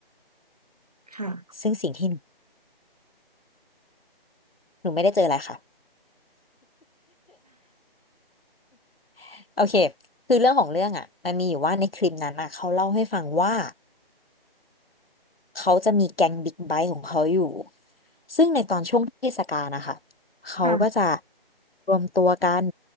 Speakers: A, on the right (about 40°); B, on the left (about 75°).
A: ะ
B: ซึ่งสิ่งที่หนูหนูไม่ได้เจออะไรค่ะ <laughs> โอเคคือเรื่องของเรื่องอ่ะมันมีอยู่ว่าในคลิปนั้นอ่ะเขาเล่าให้ฟังว่า เขาจะมีแก๊งบิ๊กไบค์ของเขาอยู่ ซึ่งในตอนช่วงเทศกาลนะคะ เขาก็จะ
A: ค่ะ
B: รวมตัวกัน